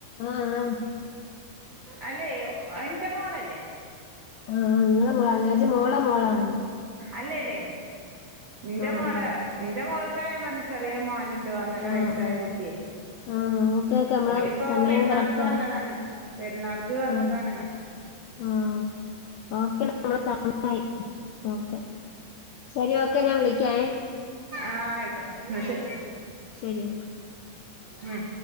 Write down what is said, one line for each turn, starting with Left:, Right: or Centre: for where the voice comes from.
Left: ആഹ് ആഹ്
Right: അല്ലേ എന്റെ മോള് അല്ലേ
Left: ആഹ് നിങ്ങളെ മോളാ ഞാൻ വിചാരിച്ച് മോളെ മോളാണാന്ന്
Right: അല്ല അല്ലേ എന്റെ
Left: ആഹ്
Right: മോള്
Left: ആഹ്
Right: എന്റെ മോൾക്കാ ഞാൻ പറഞ്ഞേ ചെറിയ മോന് ണ്ട് ഒന്നരാ
Left: ആഹ്
Right: വയസ്സായ
Left: ആഹ്
Right: കുട്ടിയേ
Left: ആഹ് ഓക്കെ ഓക്കെ നമ്മളെ
Right: ഒര് ഇപ്പോ
Left: സമയം
Right: പെരുന്നാൾക്ക്
Left: കറക്റ്റായി
Right: വന്നതാണ് പെരുന്നാൾക്ക് വന്നതാണ്
Left: ആഹ്
Right: ഇങ്ങോട്ട്
Left: ആഹ് <unintelligible> ഓക്കെ ശേരി ഓക്കെ ഞാൻ വിളിക്ക്യായേ
Right: ആഹ് ആയിക്കോട്ടെ ന്നാ ശെരി
Left: ശരി ഓ
Right: ഉം